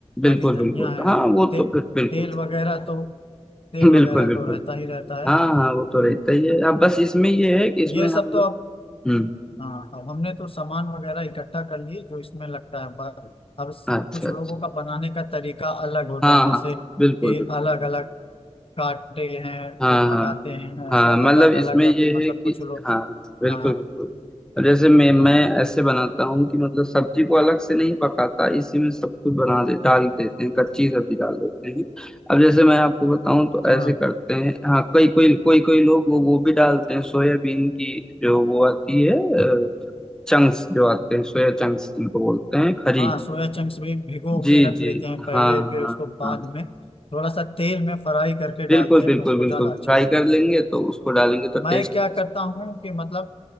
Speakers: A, in the centre; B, on the left.
A: बिल्कुल
B: हरी धनिया
A: बिल्कुल
B: है
A: हाँ
B: और
A: वो
B: ते,
A: तो फिर बिल्कुल
B: तेल वगैरह तो तेल
A: <laughs> बिल्कुल
B: वगैरह
A: बिल्कुल
B: तो रहता ही रहता है
A: हाँ हाँ वो
B: हम्म,
A: तो रहता ही है अब बस इसमें ये है कि इसमें
B: ये सब
A: हम
B: तो
A: लोग
B: अब
A: हम्म
B: हाँ अब हमने तो सामान वगैरह इकट्ठा कर लिए जो इसमें लगता है बा- अब स-
A: अच्छा
B: कुछ
A: अच्छा
B: लोगों का बनाने का तरीका अलग होता
A: हाँ
B: है जैसे
A: हाँ
B: कि
A: बिल्कुल बिल्कुल
B: अलग अलग काटते हैं
A: हाँ
B: फिर पकाते
A: हाँ
B: हैं
A: हाँ
B: ऐसे
A: मतलब
B: अलग
A: इसमें
B: अलग या
A: ये
B: फिर मतलब
A: है कि
B: कुछ लोग
A: हाँ बिल्कुल
B: हाँ
A: बिल्कुल अब जैसे मैं मैं
B: हाँ
A: ऐसे बनाता हूँ कि मतलब सब्जी को अलग से नहीं पकाता इसी में सब कुछ बना दे डाल देते हैं कच्ची सब्जी डाल देते हैं अब जैसे मैं आपको बताऊँ तो ऐसे
B: हाँ
A: करते हैं हाँ कई कोई कोई कोई लोग वो वो भी डालते हैं सोयाबीन की जो वो आती है चंक्स जो आते हैं सोया चंक्स जिनको बोलते हैं खरी
B: हाँ सोया चंक्स भी भिगो
A: जी
B: के रख
A: जी
B: लेते हैं
A: हाँ
B: पहले फिर
A: हाँ
B: उसको बाद
A: हाँ
B: में थोड़ा सा तेल में फ्राई करके
A: बिल्कुल
B: डालते हैं
A: बिल्कुल
B: तो उनको
A: बिल्कुल
B: ज्यादा अच्छा
A: फ्राई
B: लगता
A: कर
B: है
A: लेंगे तो उसको डालेंगे तो
B: मैं
A: टेस्ट
B: क्या करता हूँ कि मतलब